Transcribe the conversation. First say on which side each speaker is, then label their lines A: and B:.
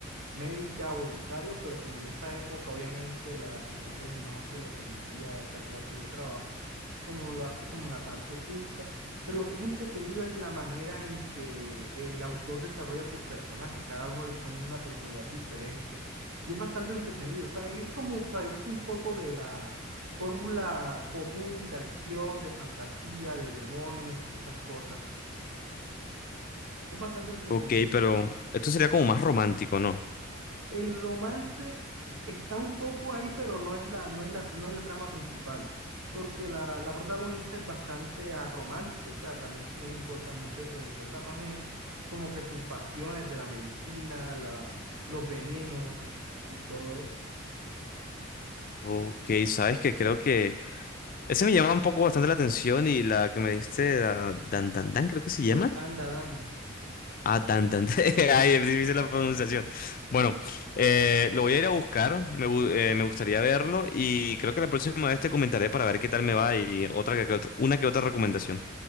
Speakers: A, on the right; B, on the left.
A: médica, boticario, pero como en esa época obviamente las mujeres no se les permitía esa clase de trabajo, como lo hace como la parte oculta, pero lo que es entretenido es la manera en que el autor desarrolla sus personajes, cada uno les pone una personalidad diferente y es bastante entretenido, o sea, es como salirse un poco de la fórmula común de acción, de fantasía, de demonios y todas esas cosas, es bastante entretenido.
B: Ok, pero esto sería como más romántico, ¿no?
A: El romance está un poco ahí, pero no es la, no es la, no es la trama principal, porque la, la protagonista es bastante aromántica, o sea, realmente no le importa mucho eso, le importa más es como que sus pasiones de la medicina, la, los venenos y todo eso.
B: Ok, sabes que creo que ese me llama un poco bastante la atención y la que me diste, la Dan Dan Dan, creo que se llama.
A: Anda, Dani.
B: Ah, Dan Dan. Dan. <laughs> Ay, es difícil la pronunciación. Bueno, eh, lo voy a ir a buscar, me, gu- eh, me gustaría verlo y creo que la próxima vez te comentaré para ver qué tal me va y otra que, que otra- una que otra recomendación.